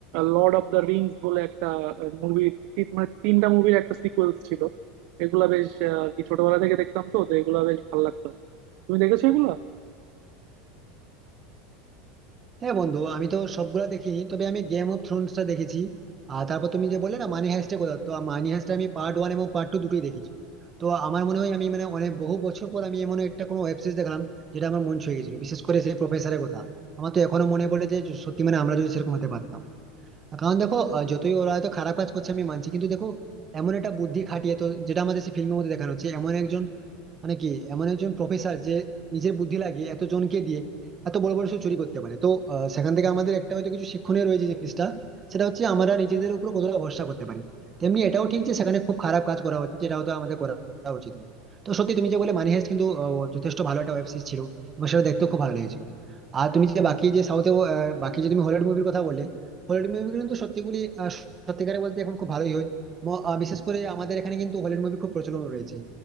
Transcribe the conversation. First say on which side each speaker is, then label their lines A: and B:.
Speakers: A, on the right; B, on the right.
A: লর্ড অফ দ্য রিংস বলে একটা মুভি মানে তিনটা মুভির একটা সিকোয়েলস ছিল এগুলা বেশ আহ, আর কি ছোটবেলা থেকে দেখতাম তো তো এগুলা বেশ ভালো লাগতো তুমি দেখেছো এগুলা
B: হ্যাঁ বন্ধু আমি তো সবগুলা দেখিনি তবে আমি গেম অফ থ্রোনসটা দেখেছি আর তারপর তুমি যে বললে না মানি হাইস্টের কথা তো মানি হাইস্টটা আমি পার্ট ওয়ান এবং পার্ট টু দুটোই দেখেছি তো আমার মনে হয় আমি মানে অনেক বহু বছর পর আমি এমন একটা কোনো ওয়েব সিরিজ দেখলাম যেটা আমার মন ছুঁয়ে গেছিল বিশেষ করে সেই প্রফেসরের কথা আমার তো এখনো মনে পড়ে যে সত্যি মানে আমরা যদি সেরকম হতে পারতাম কারণ দেখো আহ, যতই ওরা হয়তো খারাপ কাজ করছে আমি মানছি কিন্তু দেখো এমন একটা বুদ্ধি খাটিয়ে তো যেটা আমাদের সেই ফিল্মের মধ্যে দেখানো হচ্ছে এমন একজন মানে কি এমন একজন প্রফেসর যে নিজের বুদ্ধি লাগিয়ে এত জনকে দিয়ে এত বড় বড় সে চুরি করতে পারে তো আহ, সেখান থেকে আমাদের একটা হয়তো কিছু শিক্ষণীয় রয়েছে জিনিসটা সেটা হচ্ছে আমরা নিজেদের উপর কতটা ভরসা করতে পারি তেমনি এটাও ঠিক যে সেখানে খুব খারাপ কাজ করা হচ্ছে যেটা হয়তো আমাদের করা উচিত না তো সত্যি তুমি যে বলে মানি হাইস্ট কিন্তু আহ, যথেষ্ট ভালো একটা ওয়েব সিরিজ ছিল এবং সেটা দেখতেও খুব ভালো লেগেছিল আর তুমি যে বাকি যে সাউথে বাকি যে তুমি হলিউড মুভির কথা বললে হলিউড মুভি কিন্তু সত্যিগুলি আহ, সত্যিকারে বলতে এখন খুব ভালোই হয় এবং, আহ, বিশেষ করে আমাদের এখানে কিন্তু হলিউড মুভি খুব প্রচলন রয়েছে